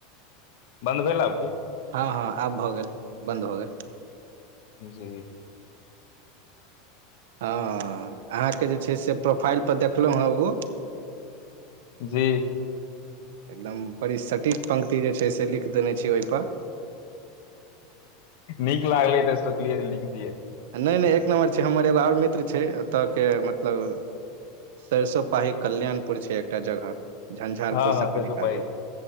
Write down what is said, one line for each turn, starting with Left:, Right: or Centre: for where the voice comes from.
Left: बन्द भेल आब की
Right: हँ हँ आब भऽ गेल बन्द भऽ गेल
Left: जी
Right: हँ अहाँके जे छै से प्रोफाइल पर देखलो हँ ओ
Left: जी
Right: एकदम बड़ी सटीक पंक्ति जे छै से लिख देने छीयै ओहि मे
Left: नीक लागले तऽ सोचलियै लिख दियै
Right: नहि नहि एक नम्बर छै हमर एगो आओर मित्र छै एतऽ के मतलब सरिसो पाही कल्याणपुर छै एकटा जगह झंझारपुरसँ
Left: हँ हँ
Right: कनिक
Left: सरसो पाही
Right: आगू